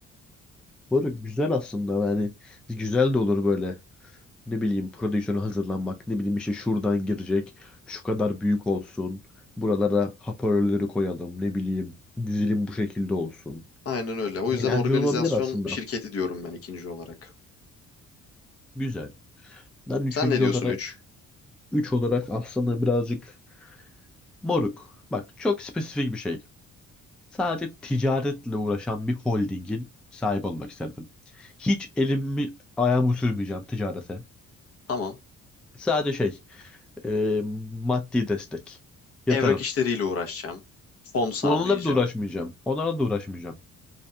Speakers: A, in the centre; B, on the left (about 50°).
A: Moruk güzel aslında yani güzel de olur böyle. Ne bileyim prodüksiyona hazırlanmak. Ne bileyim işte şuradan girecek. Şu kadar büyük olsun. Buralara hoparlörleri koyalım. Ne bileyim dizilim bu şekilde olsun.
B: Aynen öyle. O
A: Eğlenceli
B: yüzden organizasyon
A: olabilir aslında.
B: şirketi diyorum ben ikinci olarak.
A: Güzel. Ben üçüncü
B: Sen ne diyorsun
A: olarak,
B: üç?
A: üç olarak aslında birazcık Moruk, bak çok spesifik bir şey. Sadece ticaretle uğraşan bir holdingin sahibi olmak isterdim. Hiç elimi ayağımı sürmeyeceğim ticarete.
B: Tamam.
A: Sadece şey, e, maddi destek. Yatarım.
B: Evrak işleriyle uğraşacağım. Fon sağlayacağım.
A: Onlarla da uğraşmayacağım. Onlarla da uğraşmayacağım.